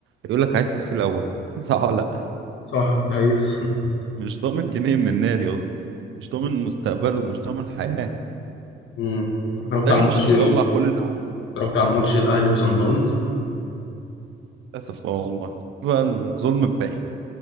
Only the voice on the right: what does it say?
يقول لك عايز فلوسي الأول <laughs> صح ولا لأ
مش ضامن جنيه من النادي أصلا مش ضامن مستقبله مش ضامن حياة
فبالتالي
مش هيطلع كل اللي عنده
للأسف اه والله بقى الظلم الباقي